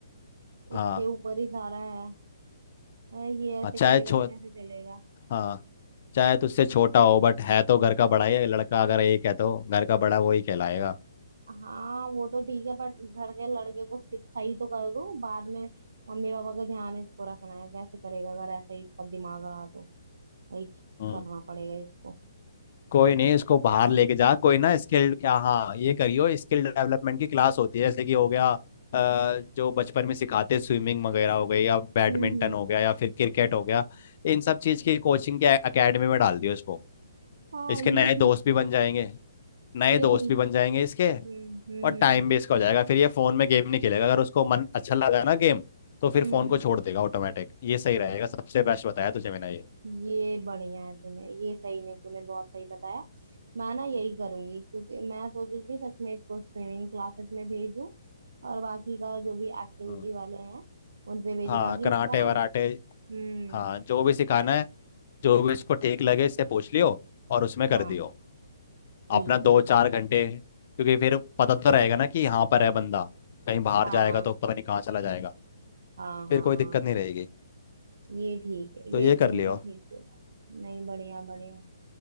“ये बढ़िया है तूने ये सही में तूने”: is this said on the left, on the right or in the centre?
Right